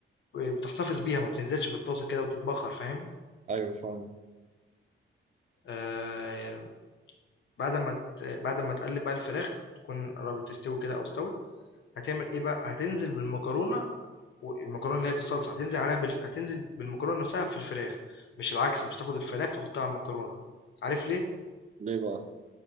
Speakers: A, on the left; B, on the right.
A: بتحتفظ بيها ما بتنزلش في الطاسة كده وتتبخر فاهم
B: ايوه فاهم
A: آه بعد ما ت- بعد ما تقلب بقى الفراخ تكون قربت تستوي كده أو استوت هتعمل إيه بقى هتنزل بالمكرونة والمكرونة اللي هي بالصلصة هتنزل عليها بال... هتنزل بالمكرونة نفسها في الفراخ مش العكس مش تاخد الفراخ تحطها على المكرونة عارف ليه؟
B: ليه بقى